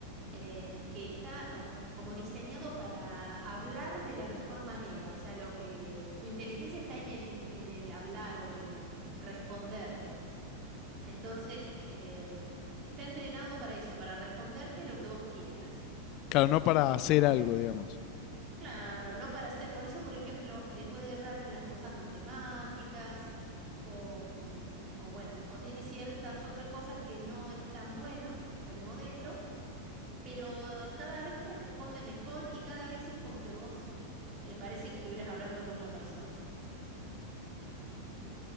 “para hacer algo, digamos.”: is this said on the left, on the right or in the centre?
Left